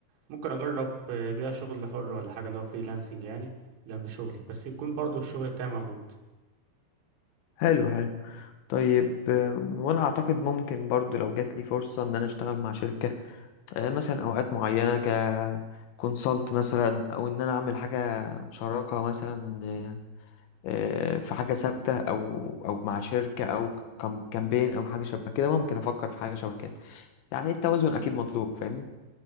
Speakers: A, on the right (about 85°); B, on the left (about 80°).
A: ممكن أجرب آه، بيها شغل حر ولا حاجة اللي هو فريلانسنج يعني جنب شغلي بس يكون برضو الشغل بتاعي موجود
B: حلو حلو طيب آه، وانا اعتقد ممكن برضو لو جات لي فرصة ان انا اشتغل مع شركة آه، مثلا اوقات معينه ك كونسلت مثلا او ان انا اعمل حاجه شراكه مثلا آه، آه، في حاجه ثابته او او مع شركه او كام- كامبين او حاجه شبه كده ممكن افكر في حاجه شبه كده يعني التوازن اكيد مطلوب فاهمني